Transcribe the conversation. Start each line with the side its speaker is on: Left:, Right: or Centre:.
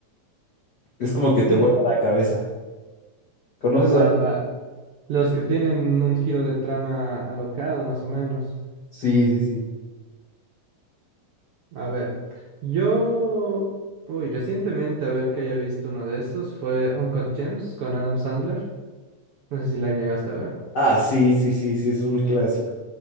Left: es como que te
Right: Mm,
Left: vuela la cabeza. ¿Conoces
Right: va,
Left: algo?
Right: va. Los que tienen un giro de trama alocado, más o menos.
Left: Sí, sí, sí.
Right: A ver, yo, uy, recientemente, a ver que haya visto uno de esos, fue Uncut Gems con Adam Sandler. No sé si la llegaste a ver.
Left: Ah, sí, sí, sí, sí, es un clásico.